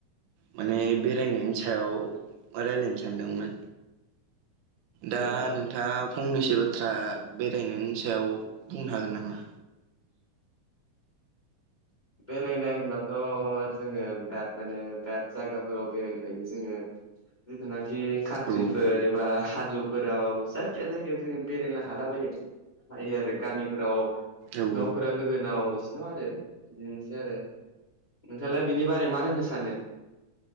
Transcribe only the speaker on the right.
माने बेरायनायनि सायाव रायज्लायनो सानदोंमोन दा
नोंथाङा फंनैसो बाथ्रा बेरायनायनि सायाव बुंनो हागोन नामा?
औ
औ